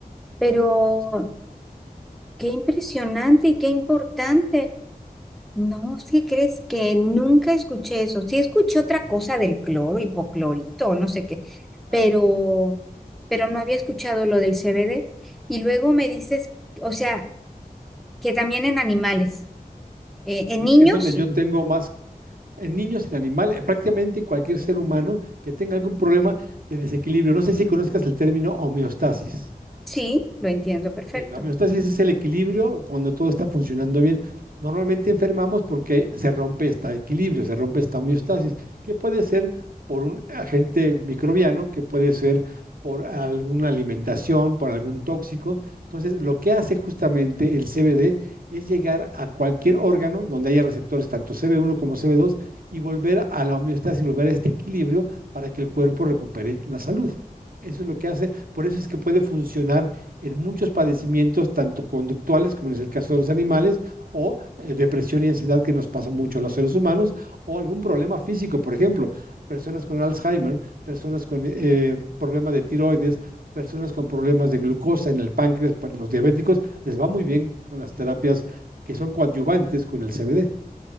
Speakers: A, in the centre; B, on the right.
A: pero
B: Sí,
A: qué impresionante y qué importante. No, ¿sí crees que nunca escuché eso? Sí escuché otra cosa del cloro, hipoclorito, no sé qué,
B: claro.
A: pero, pero no había escuchado lo del CBD. Y luego me dices, o sea, que también en animales, eh,
B: Sí,
A: en niños,
B: que es donde yo tengo más en niños, en animales, prácticamente cualquier ser humano que tenga algún problema de desequilibrio. No sé si conozcas el término homeostasis.
A: sí, lo entiendo perfecto.
B: Ok, La homeostasis es el equilibrio cuando todo está funcionando bien. Normalmente enfermamos porque se rompe este equilibrio, se rompe esta homeostasis, que puede ser por un agente microbiano, que puede ser por alguna alimentación, por algún tóxico. Entonces, lo que hace justamente el CBD es llegar a cualquier órgano donde haya receptores, tanto cb uno como cb dos y volver a la homeostasis, volver a este equilibrio para que el cuerpo recupere la salud. Eso es lo que hace, por eso es que puede funcionar en muchos padecimientos, tanto conductuales, como es el caso de los animales, o eh, depresión y ansiedad que nos pasa mucho a los seres humanos, o algún problema físico, por ejemplo, personas con Alzheimer, personas con eh, problemas de tiroides, personas con problemas de glucosa en el páncreas, para los diabéticos, les va muy bien con las terapias que son coadyuvantes con el CBD.